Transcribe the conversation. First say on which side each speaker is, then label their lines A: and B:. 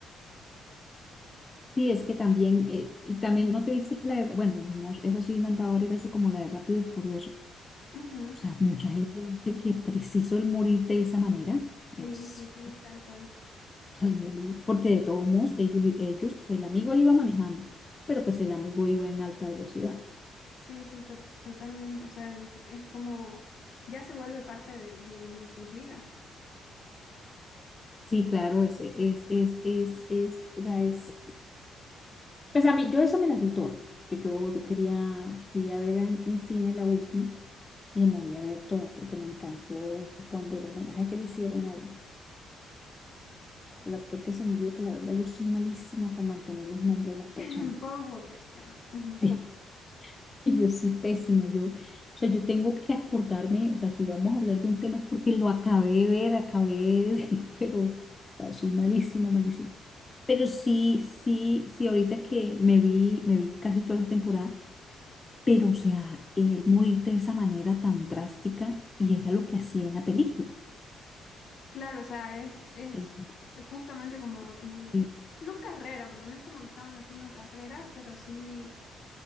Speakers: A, on the left; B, on the left.
A: Sí, es que también, eh, y también no te viste la de- bueno, no, eso sí la han dado varias veces como la de Rápido y Furioso. O
B: Ujú.
A: sea, mucha gente dice que preciso el morir de esa manera
B: Sí,
A: es,
B: sí, sí,
A: o
B: tal cual.
A: sea, morir, porque de todos modos ellos, ellos, el amigo lo iba manejando, pero pues el amigo iba en alta velocidad.
B: Sí, sí, to- totalmente. O sea, es como ya se vuelve parte de, de- de sus vidas.
A: Sí, claro, es, es, es, es, es, o sea, es, pues a mí, yo esa me la vi toda, que yo, yo quería, fui a ver en, en cine la última. Dije, me voy a ver todo porque me encantó cuando el homenaje que le hicieron al, al actor que se murió, que la verdad yo soy malísima para mantener los nombres de las personas.
B: <laughs> Paul Walker se llama. Ujú.
A: <laughs> y Yo soy pésima, yo, o sea, yo tengo que acordarme, o sea, si vamos a hablar de un tema es porque lo acabé de ver, acabé de, <laughs> pero, o sea, soy malísima, malísima. Pero sí, sí, sí, ahorita que me vi, me vi casi todas las temporadas, pero, o sea, él morir de esa manera tan drástica y era lo que hacía en la película.
B: Claro, o sea, es, es
A: Él-
B: justamente como en,
A: él-
B: no carrera, porque no es como que estaban haciendo carreras, pero sí,